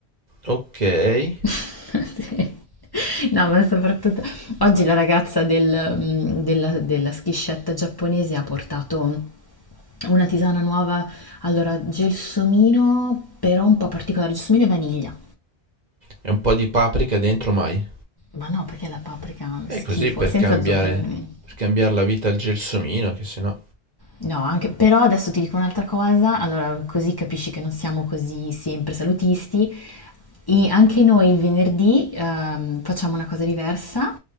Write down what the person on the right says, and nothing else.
Ok, e
un po' di paprika dentro mai.
E
così per
cambiare,
per cambiare la vita al gelsomino, che sennò...